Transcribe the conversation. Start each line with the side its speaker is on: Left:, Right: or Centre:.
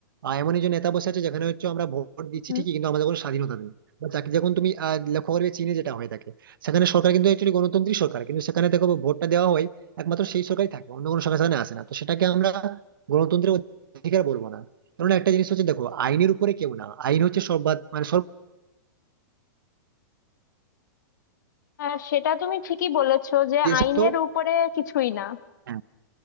Right: আহ, এমন একজন নেতা বসে আছে যেখানে হচ্ছে আমরা ভোট দিচ্ছি
Left: হুম।
Right: ঠিকই কিন্তু আমাদের কোনো স্বাধীনতা নেই বা তাকে যখন তুমি আহ, লক্ষ্য করবে চীনে যেটা হয়ে থাকে সেখানে সরকার কিন্তু একচুয়ালি গণতান্ত্রিক সরকার কিন্তু সেখানে দেখো ভোটটা দেওয়া হয় একমাত্র সেই সরকারই থাকে অন্য কোনো সরকার সেখানে আসে না তো সেটাকে আমরা গণতন্ত্রের অধিকার বলবো না কারণ একটা জিনিস হচ্ছে দেখো আইনের উপরে কেউ না আইন হচ্ছে সর্বা মানে সর্ব
Left: আহ, সেটা তুমি ঠিকই বলেছো যে
Right: দেশে
Left: আইনের
Right: তো
Left: উপরে কিছুই না
Right: আহ,